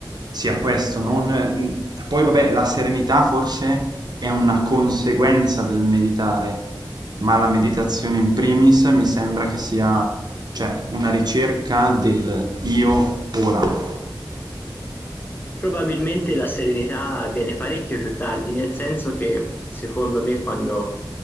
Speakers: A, on the right; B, on the left.
A: sia questo. non- Poi, vabbè, la serenità forse è una conseguenza del meditare, ma la meditazione in primis mi sembra che sia, cioè, una ricerca del io ora.
B: Probabilmente la serenità viene parecchio più tardi, nel senso che secondo me quando